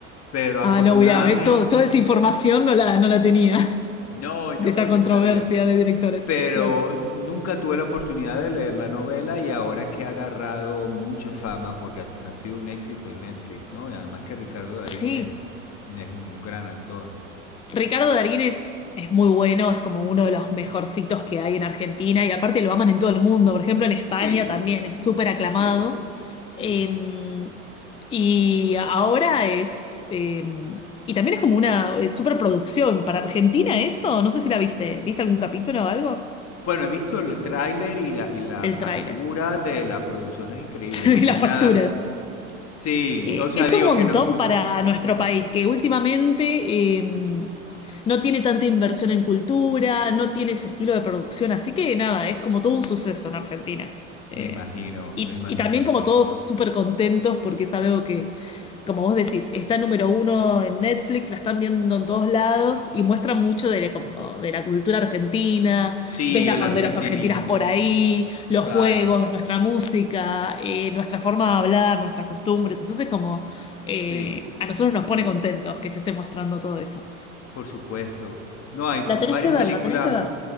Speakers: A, on the left; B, on the left.
A: pero afortunadamente...
B: Ah, no, mira, ves, todo, toda esa información no la, no la tenía,
A: No,
B: <laughs>
A: yo
B: de esa
A: porque
B: controversia
A: sabía.
B: de directores,
A: pero
B: claro.
A: nunca tuve la oportunidad de leer la novela y ahora que ha agarrado mucha fama porque ha, ha sido un éxito en Netflix, ¿no? Y además que Ricardo Darín
B: Sí.
A: es, es un gran actor.
B: Ricardo Darín es, es muy bueno, es como uno de los mejorcitos que hay en Argentina y aparte lo aman en todo el mundo. Por ejemplo, en España
A: Sí,
B: también es súper aclamado.
A: sí, sí.
B: Eh, y ahora es... eh, y también es como una eh, superproducción. Para Argentina eso, no sé si la viste. ¿Viste algún capítulo o algo?
A: Bueno, he visto el tráiler y la, y la
B: El
A: factura
B: tráiler.
A: de la producción es increíble,
B: <laughs> Y
A: no tiene
B: las facturas.
A: nada. no. Sí,
B: Eh,
A: o sea,
B: es
A: digo
B: un montón
A: que no.
B: para nuestro
A: <laughs>
B: país, que últimamente eh, no tiene tanta inversión en cultura, no tiene ese estilo de producción, así que nada, es como todo un suceso en Argentina.
A: Me
B: Eh,
A: imagino,
B: y,
A: lo imagino.
B: y también como todos súper contentos porque es algo como vos decís, está número uno en Netflix, la están viendo en todos lados y muestra mucho de, la- como de la cultura argentina,
A: Sí,
B: ves las
A: el
B: banderas
A: argentinismo,
B: argentinas por ahí, los
A: claro,
B: juegos, nuestra música, eh, nuestra forma de hablar, nuestras costumbres. Entonces, como eh,
A: sí,
B: a nosotros nos pone contentos que se esté mostrando todo eso.
A: por supuesto. No, hay
B: La tenés
A: varias
B: que
A: películas
B: ver, la tenés que ver.